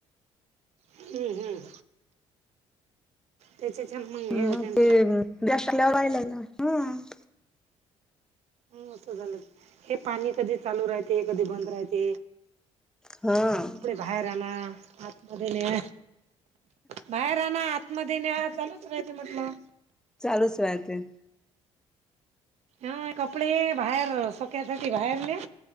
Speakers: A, on the right (about 65°); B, in the centre.
A: हम्म, हम्म त्याचेच हे मग. हे होते
B: मग
A: ना
B: ते जास्त व्हयला ना. हम्म
A: मस्त झालंय. हे पाणी कधी चालू राहते कधी बंद राहते.
B: हा
A: बाहेर आणा. आतमध्ये न्या. बाहेर आणा. आतमध्ये न्या. चालूच च राहते म्हटलं.
B: चालूच राहते.
A: ह, कपडे बाहेर, सुक्यासाठी बाहेर न्या